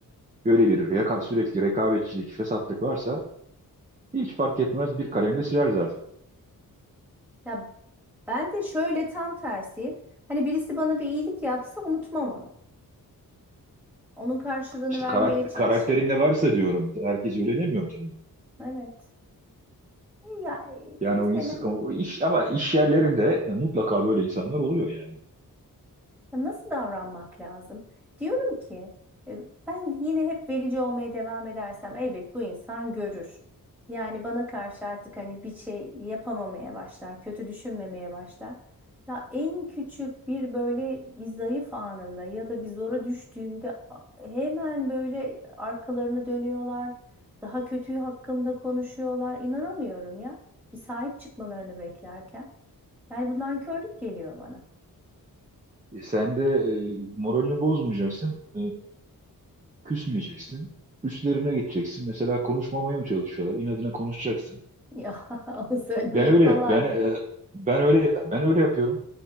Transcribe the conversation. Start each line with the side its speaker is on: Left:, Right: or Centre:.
Right: böyle bir reka- sürekli rekabetçilik, fesatlık varsa hiç fark etmez bir kalemle siler zaten.
Centre: Ya ben de şöyle tam tersiyim. Hani birisi bana bir iyilik yapsa unutmam onu. Onun karşılığını
Right: İşte
Centre: vermeye
Right: karak-
Centre: çalışırım.
Right: karakterinde varsa diyorum. Herkes öyle demiyorum tabii.
Centre: Evet. Ya e,
Right: Yani
Centre: mesela
Right: o, ins- o iş ama iş yerlerinde e, mutlaka böyle insanlar oluyor yani.
Centre: Ya Nasıl davranmak lazım? Diyorum ki e, ben yine hep verici olmaya devam edersem elbet bu insan görür. Yani bana karşı artık hani bir şey yapamamaya başlar, kötü düşünmemeye başlar. Ya en küçük bir böyle bir zayıf anımda ya da bir zora düştüğümde a- hemen böyle arkalarını dönüyorlar. Daha kötüyü hakkımda konuşuyorlar. İnanamıyorum ya. Bir sahip çıkmalarını beklerken. Yani bundan körlük geliyor bana.
Right: E, sen de e, moralini bozmayacaksın, e, küsmeyeceksin. Üstlerine gideceksin. Mesela konuşmamaya mı çalışıyorlar? İnadına konuşacaksın.
Centre: Ya <laughs> onu söylemek
Right: Ben öyle
Centre: kolay.
Right: yap. Ben e, ben öyle ben öyle yapıyorum.